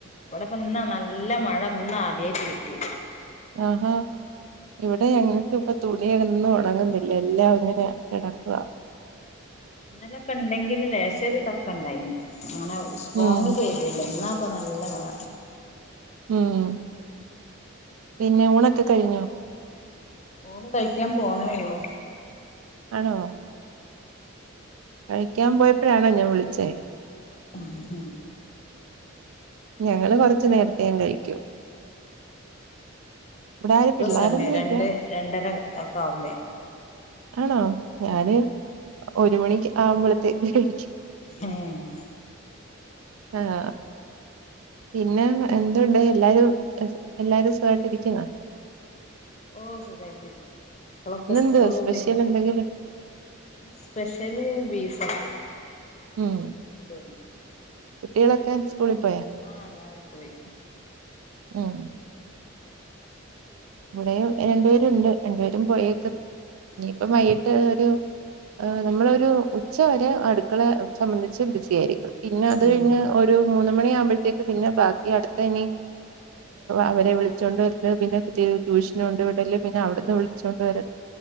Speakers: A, on the left; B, on the right.
A: ഇവിടെപ്പന്നാ നല്ല മഴ ഇന്ന ആദ്യമായിട്ട് കിട്ടി
B: ആഹ ഇവിടെ ഞങ്ങക്ക് ഇപ്പൊ തുണിയൊന്നും ഉണങ്ങുന്നില്ല എല്ലാം അങ്ങനെ കിടക്കുക
A: ഇന്നലൊക്കെ ഉണ്ടെങ്കിൽ ലേശോരു തക്ക ഉണ്ടായിന് അങ്ങനെ സ്ട്രോങ്
B: ഉം
A: പെയ്തില്ല ഇന്ന ഇപ്പൊ നല്ല മഴ
B: ഉം പിന്നെ ഊണൊക്കെ കഴിഞ്ഞോ
A: ഊണ് കഴിക്കാൻ പോണേ ഉള്ളൂ
B: ആണോ കഴിക്കാൻ പോയപ്പോഴാണോ ഞാൻ വിളിച്ചേ
A: ഉ
B: ഞങ്ങള് കൊറച്ച നേരത്തേ കഴിക്കൂ ഇവിടെ ആരും പിള്ളോരൊന്നും
A: സമയം രണ്ട്
B: ഇല്ല
A: രണ്ടര ഒക്കെ ആവുമ്പോ
B: ആണോ ഞാന് ഒരു മണിക്ക് ആവുബ്ബളത്തേക്ക് കഴ
A: ആഹ
B: ആഹ പിന്നെ എന്തുണ്ട് എല്ലാരും എല്ലാരും സുഖയിട്ട് ഇരിക്കുന്ന
A: ഓഹ സുഖായിട്ട് ഇരിക്കുന്നു മക്കളൊക്കെ
B: ഇന്നെന്തുവാ
A: സ്കൂളിൽ
B: സ്പെഷ്യൽ
A: പോയി
B: എന്തെങ്കിലും
A: സ്പെഷ്യല് ബീഫ് നീ
B: ഉം
A: കയിച്ചോ
B: കുട്ടികളൊക്കെ സ്കൂളിൽ പോയാ
A: ആഹ എല്ലാരും പോയി
B: ഉം ഇവിടെ രണ്ടുപേരുണ്ട് രണ്ടുപേരും പോയിേക്കുന്നു ഇനിയിപ്പ
A: ആഹ് ആഹ്
B: വൈകീട്ട് ഒരു ആ നമ്മളൊരു ഉച്ച വരെ അടുക്കള സംബന്ധിച്ച് ബിസി ആയിരിക്കും പിന്നെ അത്
A: ഉം
B: കഴിഞ്ഞ് ഒരു മൂന്നു മണി ആകുമ്പോയത്തേക്ക് പിന്നെ ബാക്കി അടുത്ത ഇനി അവരെ വിളിച്ചോണ്ട് വരാ ത് ട്യൂക്ഷൻ കൊണ്ട് വിടൽ പിന്നെ അവിടുന്ന് വിളിച്ചോണ്ട് വരൽ